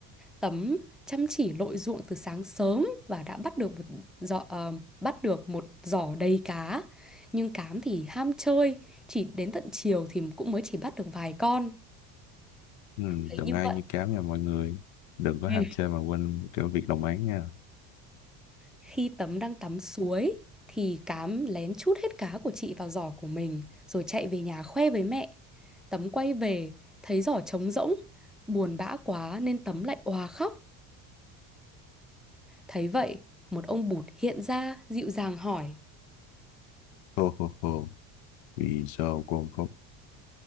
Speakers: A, in the centre; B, on the left.
A: Tấm chăm chỉ lội ruộng từ sáng sớm Và đã bắt được một giỏ ờ, bắt được một giỏ đầy cá Nhưng cám thì ham chơi Chỉ đến tận chiều thì cũng mới chỉ bắt được vài con
B: Ừ,
A: Thế
B: đừng
A: Như
B: ai
A: vậy
B: như cám nha mọi người. Đừng có
A: Ừ.
B: ham chơi mà quên cái việc đồng áng nha.
A: Khi Tấm đang tắm suối thì Cám lén trút hết cá của chị vào giỏ của mình rồi chạy về nhà khoe với mẹ. Tấm quay về thấy giỏ trống rỗng, buồn bã quá nên Tấm lại òa khóc. Thấy vậy, một ông Bụt hiện ra dịu dàng hỏi.
B: Hô hô hô, vì sao con khóc?